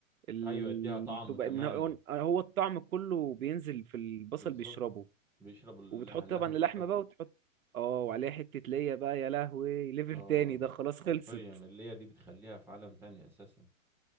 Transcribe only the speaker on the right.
ال...
تبقى
ان هو هو الطعم كله بينزل في البصل
بيشربه
وبتحط
طبعا
اللحمه بقى وتحط اه وعليها حته ليا بقى يا لهوي ليفل
تاني ده خلاص خلصت